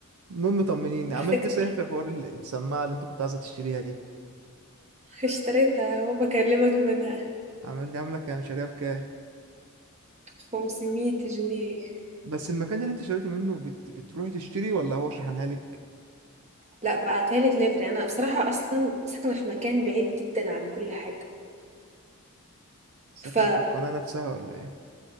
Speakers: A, on the right (about 75°); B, on the right (about 30°).
A: المهم طمنيني
B: بيرفكتور
A: عملت ايه صحيح في حوار ال- السماعه اللي انت كنت عايزه تشتريها دي
B: اشتريتها اهو بكلمك منها
A: عملت عامله كام شاريها بكام
B: 500 جنيه
A: بس المكان اللي انت شريت منه بت... بتروحي تشتري ولا هو شحنها لك
B: لا بعتها لي دليفري انا بصراحه اصلا ساكنه في مكان بعيد جدا عن كل حاجه
A: ساكنه
B: ف
A: في القناه نفسها ولا ايه